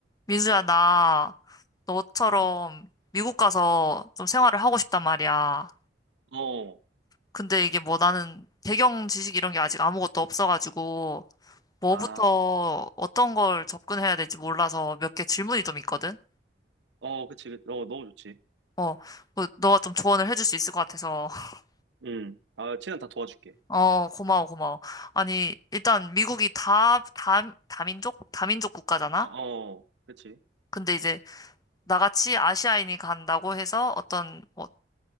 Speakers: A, on the left; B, on the right.
A: 민수야, 나 너처럼 미국 가서 좀 생활을 하고 싶단 말이야.
B: 어,
A: 근데
B: 어.
A: 이게 뭐 나는 배경 지식 이런 게 아직 아무것도 없어가지고 뭐부터
B: 아,
A: 어떤 걸 접근해야 될지 몰라서 몇 개 질문이 좀 있거든?
B: 어, 그치, 그치. 어, 너무 좋지.
A: 어, 그 너가 좀 조언을 해줄 수 있을 것 같아서. <laughs>
B: 음, 아, 시는다 도와줄게.
A: 어, 고마워, 고마워. 아니, 일단 미국이 다, 다, 다민족? 다민족 국가잖아?
B: 어, 어, 그치.
A: 근데 이제 나같이 아시아인이 간다고 해서 어떤 뭐